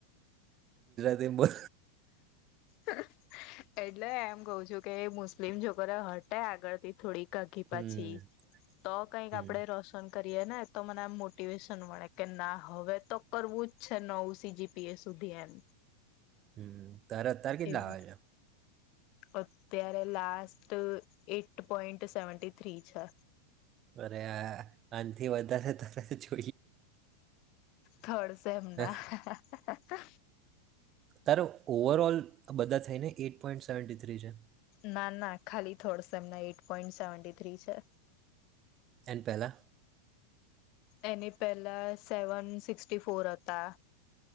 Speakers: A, on the right (about 30°); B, on the left (about 40°).
A: એમ બોલ
B: હ. <inaudible> એટલે એમ કઉ છુ કે મુસ મુસ્લિમ જબરા હટે આગળ થી. થોડી આઘી પાછી
A: હમ
B: તો કઈક
A: હમ
B: આપડે રોસન. કરીએ ને તો મને એમ મોટિવેશન મળે કે ના હવે તો કરવું જ છે નવ સીજીપીએ સુધી એમ.
A: હમ તારે અત્યારે કેટલા
B: એવું
A: આવે છે.
B: અત્યારે last eight point seventy three છે.
A: અરે આ આનથી વધારે ત
B: થર્ડ સેમ
A: છે
B: ના <unintelligible>
A: તારે ઓવરઓલ બધા થઈને એઈટ પોઈન્ટ સેવન્ટી થ્રી છે.
B: ના ના ખાલી થર્ડ સેમના એઈટ પોઈન્ટ સેવન્ટી થ્રી છે.
A: એન્ડ પહેલા
B: એની પહેલા સેવન સિક્સટી ફોર હતા